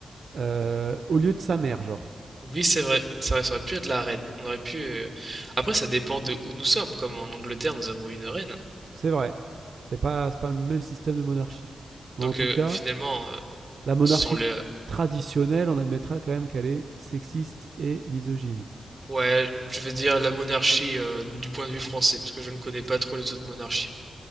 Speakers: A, on the right; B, on the right.
A: euh, au lieu de sa mère, genre.
B: Oui, c'est vrai. C'est vrai, ça aurait pu être la reine. On aurait pu. euh, Après, ça dépend de où nous sommes. Comme en Angleterre, nous avons une reine.
A: C'est vrai. C'est pas, c'est pas le même système de monarchie. Mais
B: Donc,
A: en tout
B: euh,
A: cas,
B: finalement, euh,
A: la monarchie
B: ce sont les.
A: traditionnelle, on admettra quand même qu'elle est sexiste et misogyne.
B: Ouais, je veux dire la monarchie euh, du point de vue français, parce que je ne connais pas trop les autres monarchies.